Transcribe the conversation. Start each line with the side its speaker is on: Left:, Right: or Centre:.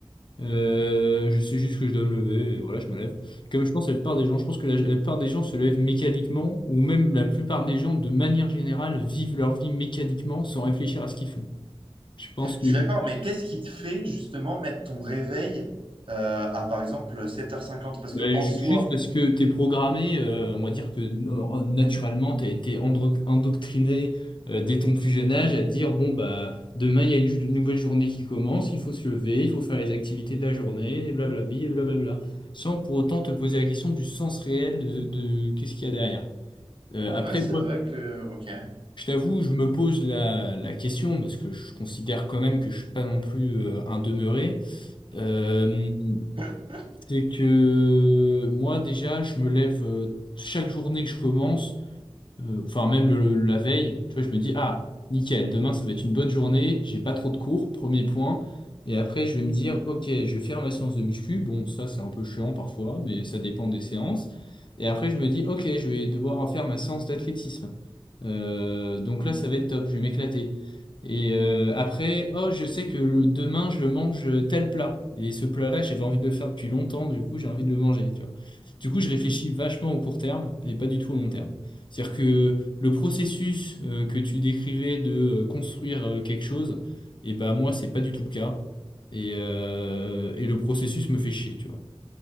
Left: Euh, je sais juste que je dois me lever et voilà, je me lève. Comme je pense à la plupart des gens, je pense que la, la plupart des gens se lèvent mécaniquement ou même la plupart des gens, de manière générale, vivent leur vie mécaniquement sans réfléchir à ce qu'ils font. Je pense que
Right: Je suis d'accord, mais qu'est-ce qui te fait justement mettre ton réveil euh, à par exemple sept heures cinquante Parce
Left: Ben,
Right: que en
Left: ju-
Right: soi,
Left: juste parce que t'es programmé, euh, on va dire que no- naturellement, t'as été endro- endoctriné euh, dès ton plus jeune âge à te dire, bon, bah, demain, il y a une, ju- une nouvelle journée qui commence, il faut se lever, il faut faire les activités de la journée, et blablabli, et blablabla, sans pour autant te poser la question du sens réel de, de qu'est-ce qu'il y a derrière. Euh, après,
Right: ouais, c'est
Left: moi,
Right: vrai que. Ok.
Left: je t'avoue, je me pose la, la question, parce que je considère quand même que je suis pas non plus euh, un demeuré. Euh,
Right: <laughs>
Left: c'est que moi, déjà, je me lève euh, chaque journée que je commence, euh, enfin même le- la veille, tu vois, je me dis, ah, nickel, demain ça va être une bonne journée, j'ai pas trop de cours, premier point. Et après, je vais me dire, ok, je vais faire ma séance de muscu. Bon, ça, c'est un peu chiant parfois, mais ça dépend des séances. Et après, je me dis, ok, je vais devoir faire ma séance d'athlétisme. Euh, donc là, ça va être top, je vais m'éclater. Et euh, après, oh, je sais que le- demain, je mange tel plat. Et ce plat-là, j'avais envie de le faire depuis longtemps, du coup, j'ai envie de le manger, tu vois. Du coup, je réfléchis
Right: Hmm.
Left: vachement au court terme et pas du tout au long terme. C'est-à-dire que le processus euh, que tu décrivais de euh, construire euh, quelque chose, et ben moi, c'est pas du tout le cas. Et, euh, et le processus me fait chier, tu vois.